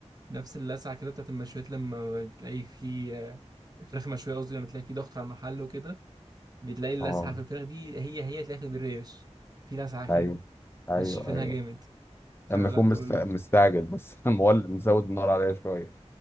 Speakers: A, on the right; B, on the left.
A: نفس اللسعة كده بتاعت المشويات لما بتلاقي في آه، الفراخ مشوية قصدي لما تلاقي في ضغط على المحل وكده بتلاقي اللسعة
B: اه
A: في الفراخ دي هي هي تلاقيها في الريش في لسعة
B: أيوه
A: كده
B: أيوه
A: نشفينها
B: أيوه
A: جامد فلا
B: أما يكون
A: تقول
B: مست-
A: له
B: مستعجل بس <laughs> مولد مزود النار عليها شوية